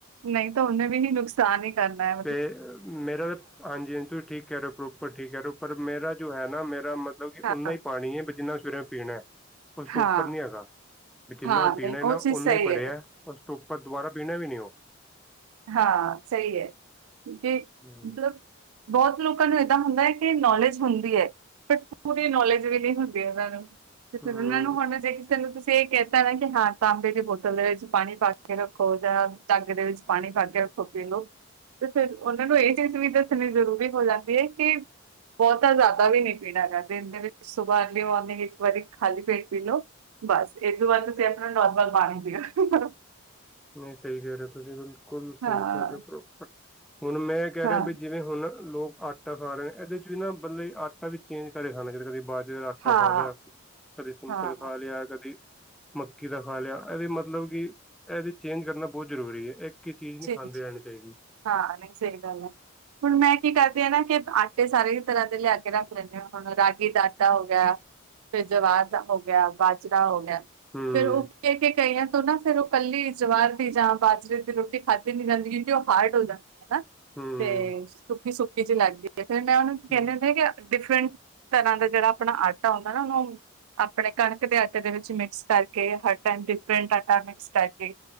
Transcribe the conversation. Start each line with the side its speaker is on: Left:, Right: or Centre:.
Right: ਨਹੀਂ ਤਾਂ ਉਹਨੇ ਵੀ ਨ ਨੁਕਸ ਸਾਨ ਹੀ ਕਰਨਾ ਏ
Centre: ਤੇ ਮੇਰਾ ਤਾਂ ਹਾਂਜੀ-ਹਾਂਜੀ ਤੁਸੀਂ ਠੀਕ ਕਹਿ ਰਹੇ ਹੋ ਪ੍ਰ ਠੀਕ ਹੈੋ ਪਰ ਮੇਰਾ ਜੋ ਹੈ ਨਾ ਮੇਰਾ ਮਤਲਬ ਕਿ
Right: ਹਾਂ,
Centre: ਉਨਾ ਹੀ ਪਾਣੀ ਹੈ ਵੀ ਜਿੰਨਾ ਮੈ ਸਵੇਰੇ ਪੀਣਾ। ਉਸ ਤੋਂ
Right: ਹਾਂ,
Centre: ਉਪਰ ਨੀ ਹੈਗਾ, ਜਿੰਨਾ
Right: ਹਾਂ
Centre: ਮੈਂ ਪੀਣਾ
Right: ਨਹੀਂ ਉਹ
Centre: ਨਾ ਓਨਾ
Right: ਚੀਜ਼ ਸਹੀ
Centre: ਹੀ ਭਰਿਆ।
Right: ਹੈ
Centre: ਉਸ ਤੋ ਉਪਰ ਦੁਬਾਰਾ ਪੀਣਾ ਵੀ ਨੀ ਉ
Right: ਹਾਂ ਸਈ ਐ, ਕਿਓਕਿ
Centre: ਹੂੰ,
Right: ਮਤਲਬ ਬੋਤ ਲੋਕਾਂ ਨੂੰ ਏਦਾਂ ਹੁੰਦੈ ਐ ਕਿ ਨੌਲੇਜ ਹੁੰਦੀ ਐ। ਬਟ ਪੂਰੀ ਨੌਲੇਜ ਵੀ ਨੀ ਹੁੰਦੀ ਓਨਾਂ ਨੂੰ ਤੇ ਫੇਰ
Centre: ਹੂੰ,
Right: ਓਨਾਂ ਨੂੰ ਹੁਨ ਜੇ ਕਿਸੇ ਨੂੰ ਤੇ ਕੈਤਾ ਨਾ ਕਿ ਹਾਂ ਤਾਂਬੇ ਦੀ ਬੋਤਲ ਦੇ ਵਿੱਚ ਪਾਣੀ ਪਾ ਕੇ ਰੱਖੋ ਜਾਂ ਜੱਗ ਦੇ ਵਿੱਚ ਪਾਣੀ ਪਾਕੇ ਰੱਖੋ, ਪੀਲੋ। ਤੇ ਫੇਰ ਓਨਾਂ ਨੂੰ ਏ ਚੀਜ਼ ਵੀ ਦੱਸਣੀ ਜ਼ਰੂਰੀ ਹੋ ਜਾਂਦੀ ਐ ਕਿ ਬੋਤਾ ਜਾਦਾ ਵੀ ਨਈ ਪੀਣਾ ਗਾ ਦਿਨ ਦੇ ਵਿੱਚ ਸੁਬਾਹ ਅਰਲੀ ਮੋਰਨਿੰਗ ਇੱਕ ਵਾਰੀ ਖਾਲੀ ਪੇਟ ਪੀ ਲਓ। ਬਸ ਇਦੂ ਬਾਦ ਤੁਸੀਂ ਆਪਣਾ ਨੌਰਮਲ ਪਾਣੀ ਪੀਣਾ।
Centre: ਨਈ ਸਈ ਕੈ ਰਏ ਓ ਤੁਸੀਂ ਬਿਲਕੁਲ ਸਈ
Right: ਹਾਂ
Centre: ਕੈ ਰਏ ਓ ਪ੍ਰੋਪਰ, ਹੁਨ ਮੈਂ ਕੈਅ
Right: ਹਾਂ
Centre: ਰਿਆ ਵੀ ਜਿਵੇਂ ਹੁਨ ਲੋਕ ਆਟਾ ਖਾ ਰਏ ਏਦੇ ਚ ਵੀ ਨਾ ਬੱਲੀ ਆਟਾ ਵੀ ਚੇਂਜ ਕਰਕੇ ਖਾਂਦੇ ਨੇ ਕਦੀ ਬਾ ਕਈ ਬਾਰ ਆਟਾ
Right: ਹਾਂ
Centre: ਖਾ ਲਿਆ ਕਦੀ ਸਿੰਪਲ
Right: ਹਾਂ
Centre: ਖਾ ਲਿਆ ਕਦੀ ਮੱਕੀ ਦਾ ਖਾ ਲਿਆ ਏਦੇ ਮਤਲਬ ਇਹਦੇ ਚੇਂਜ ਕਰਨਾ ਬੋਤ ਜ਼ਰੂਰੀ ਹੈ ਇੱਕ ਇਕ ਈ ਚੀਜ਼ ਨੀ
Right: ਜੀ
Centre: ਖਾਂਦੇ
Right: ਜੀ।
Centre: ਰੈਨੈ ਚਾਈਦੀ।
Right: ਹਾਂ, ਨਈ ਸਈ ਗੱਲ ਐ। ਹੁਣ ਮੈਂ ਕੀ ਕਰਦੀ ਆਂ ਨਾ ਕਿ ਆਟੇ ਸਾਰੇ ਤਰਾਂ ਦੇ ਲਿਆ ਕੇ ਰੱਖ ਲੈਂਨੇ ਆਂ ਹੁਨ ਰਾਗੀ ਦਾ ਆਟਾ ਹੋ ਗਿਆ ਫੇਰ ਜਵਾਰ ਦਾ ਹੋ ਗਿਆ, ਬਾਜਰਾ ਹੋ ਗਿਆ।
Centre: ਹੂੰ।
Right: ਓ ਕ ਕੇ ਕਈਆਂ ਤ ਨਾ ਫੇਰ ਓ ਕੱਲੀ ਜਵਾਰ ਦੀ ਜਾਂ ਬਾਜਰੇ ਦੀ ਰੋਟੀ ਖਾਦੀ ਨੀ ਜਾਂਦੀ ਕਿਓਕਿ ਓ ਹਾਰਡ ਹੋ ਜਾਂਦੀ ਆ ਨਾ।
Centre: ਹੂੰ
Right: ਤੇ ਸੁੱਕੀ-ਸੁੱਕੀ ਚ ਲੱਗਦੀ ਫੇਰ ਮੈਂ ਓਨੂੰ ਕੀ
Centre: ਹੂੰ
Right: ਕੈਨੀ ਹੁੰਨੀ ਆ ਕਿ ਡਿਫਰੈਂਟ ਤਰਾਂ ਦਾ ਜੇੜਾ ਆਪਨਾ ਆਟਾ ਹੁੰਦਾ ਨਾ ਓਨੂੰ ਆਪਨੇ ਕਣਕ ਦੇ ਆਟੇ ਦੇ ਵਿੱਚ ਮਿਕਸ ਕਰਕੇ ਹਰ ਟੈਮ ਡਿਫਰੈਂਟ ਆਟਾ ਮਿਕਸ ਕਰਕੇ